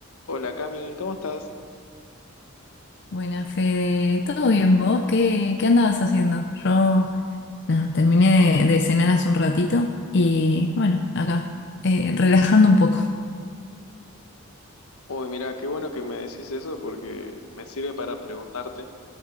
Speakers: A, on the left; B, on the left.
A: Hola Cami, ¿cómo estás?
B: Buena, Fede. ¿Todo bien vos? ¿Qué, qué andabas haciendo? Yo, nada, terminé de, de cenar hace un ratito y bueno, acá, eh, relajando un poco.
A: Uy, mira, qué bueno que me decís eso porque me sirve para preguntarte.